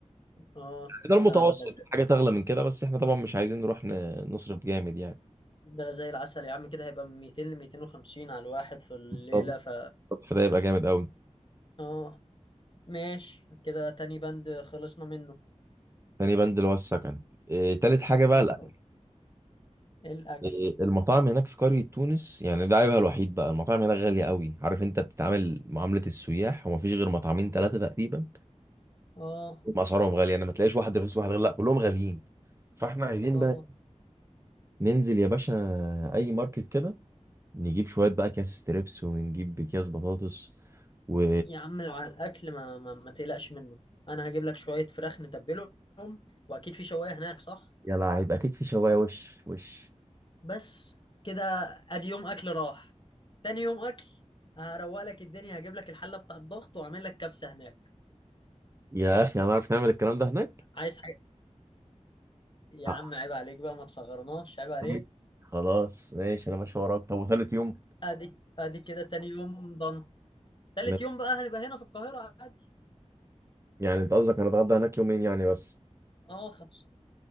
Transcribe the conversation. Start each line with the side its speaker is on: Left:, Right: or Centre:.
Left: اه
Right: ده المتوسط
Left: ده ده زي,
Right: في حاجة تغلى من كده بس احنا طبعا مش عايزين نروح ن- نصرف جامد يعني
Left: ده زي العسل يا عم كده هيبقى من 200 ل 250 على الواحد في الليلة
Right: بالظبط
Left: ف
Right: فده يبقى جامد قوي
Left: اه ماشي كده تاني بند خلصنا منه
Right: تاني بند اللي هو السكن إيه تالت حاجة بقى
Left: ال-
Right: الأكل.
Left: الأكل
Right: إيه المطاعم هناك في قرية تونس يعني ده عيبها الوحيد بقى المطاعم هناك غالية قوي عارف انت بتتعامل معاملة السياح ومفيش غير مطعمين ثلاثة تقريبا
Left: اه
Right: هم اسعارهم غاليه يعني ما تلاقيش واحد رخيص وواحد غالي لا كلهم غاليين فاحنا عايزين
Left: اه
Right: بقى ننزل يا باشا اي ماركت كده نجيب شويه بقى اكياس ستريبس ونجيب اكياس بطاطس و
Left: يا عم لو على الأكل ما ما, ما تقلقش منه أنا هجيب لك شوية فراخ نتبلهم وأكيد في شواية هناك صح؟
Right: يا لعيب اكيد في شوايه وش وش
Left: بس كده ادي يوم اكل راح تاني يوم اكل هروق لك الدنيا هجيب لك الحله بتاع الضغط واعمل لك كبسه هناك
Right: يا اخي هنعرف نعمل الكلام ده هناك
Left: عايز حاجه يا
Right: آه،
Left: عم عيب عليك بقى ما تصغرناش عيب عليك
Right: <laughs> خلاص ماشي انا ماشي وراك طب وثالث يوم
Left: ادي ادي كده تاني يوم ضن تالت
Right: م-
Left: يوم بقى هنبقى هنا في القاهره عادي
Right: يعني انت قصدك هنتغدى هناك يومين يعني بس
Left: اه خمسه